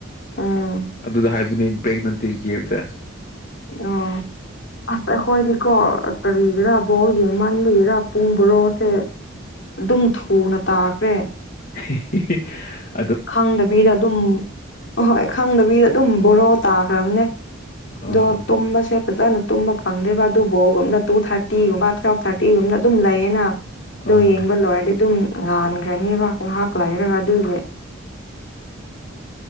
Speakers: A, on the left (about 65°); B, on the left (about 45°).
A: ꯎꯝ
B: ꯑꯗꯨꯗ ꯍꯥꯏꯕꯅꯦ ꯕꯦꯛ ꯅꯠꯇ ꯒ‌ꯦꯝꯗ
A: ꯑꯣ ꯑꯁ ꯑꯈꯣꯏꯗꯤ ꯀꯣ ꯀꯔꯤꯒꯤꯔꯥ ꯕꯣꯜ ꯌꯦꯡ ꯃꯥꯟꯥꯟꯕꯒꯦꯔꯥ ꯄꯨꯡ ꯕꯣꯔꯣꯁꯦ ꯑꯗꯨꯝ ꯊꯨꯅ ꯇꯥꯈ꯭ꯔꯦ
B: ꯍ <unintelligible> <inaudible>
A: ꯈꯪꯗꯕꯤꯗ ꯑꯗꯨꯝ ꯍꯣꯏ ꯈꯪꯗꯕꯤꯗ ꯑꯗꯨꯝ ꯕꯣꯔꯣ ꯇꯥꯈ꯭ꯔꯕꯅꯦ ꯑꯗꯣ
B: ꯑꯥ
A: ꯇꯨꯝꯕꯁꯦ ꯐꯖꯅ ꯇꯨꯝꯕ ꯐꯪꯗꯦꯕ ꯑꯗꯨ ꯕꯣꯒꯨꯝꯕꯅ ꯇꯨ ꯊꯥꯔꯇꯤꯒꯨꯝꯕ ꯇꯨꯋꯦꯜꯐ ꯊꯥꯔꯇꯤꯒꯨꯝꯕꯅ ꯑꯗꯨꯝ ꯂꯩꯌꯦꯅ ꯑꯗꯣ
B: ꯑꯥ
A: ꯌꯦꯡꯕ ꯂꯣꯏꯔꯗꯤ ꯑꯗꯨꯝ ꯉꯥꯟꯈ꯭ꯔꯅꯦꯕ ꯉꯥꯏꯍꯥꯛ ꯂꯥꯏꯔꯒ ꯑꯗꯨꯏꯁꯦ